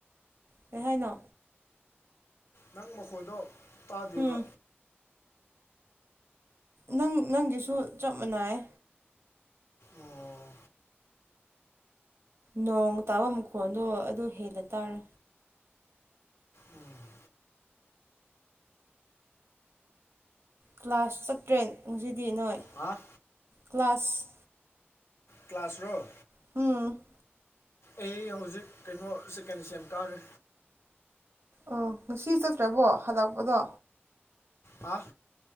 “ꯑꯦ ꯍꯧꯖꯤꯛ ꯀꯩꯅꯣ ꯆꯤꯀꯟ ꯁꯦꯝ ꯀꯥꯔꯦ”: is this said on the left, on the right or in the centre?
Left